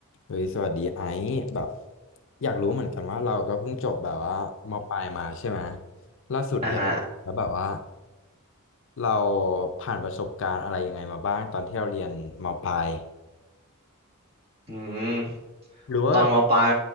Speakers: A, on the left; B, on the right.
A: เฮ้ยสวัสดีไอซ์แบบอยากรู้เหมือนกันว่าเราก็เพิ่งจบแบบว่ามปลายมาใช่ไหมล่าสุดเลยแล้วแบบว่า
B: อ่าฮะ
A: เราผ่านประสบการณ์อะไรยังไงมาบ้างตอนที่เราเรียนมปลาย
B: อืม
A: หรือว่าแบบ
B: ตอนมปลาย